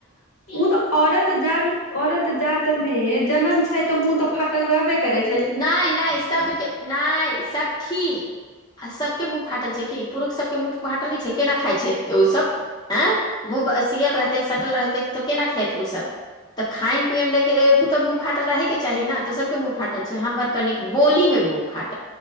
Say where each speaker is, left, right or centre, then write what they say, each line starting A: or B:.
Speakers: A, on the left; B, on the left.
A: <inaudible> उऽ तऽ औरत जान औरत जात में जन्म छै तऽ मुँह तऽ फाटल रहबे करे
B: नै नै सब केँ नै सखी। आ सब केँ मुँह फाटल छै की पुरुख सब केँ मुँह फाटल नै छै केना खाइ छैथ तऽ ओ सब मुँह सियल रहतेै सटल रहतै तऽ केना खेतै ओ सब। तऽ खायन पियन ले केँ भी तऽ मुँह फाटल रहे केँ चाही न तऽ सब केँ मुँह। फाटल छै हमर कनिक बोली में मुँह फाट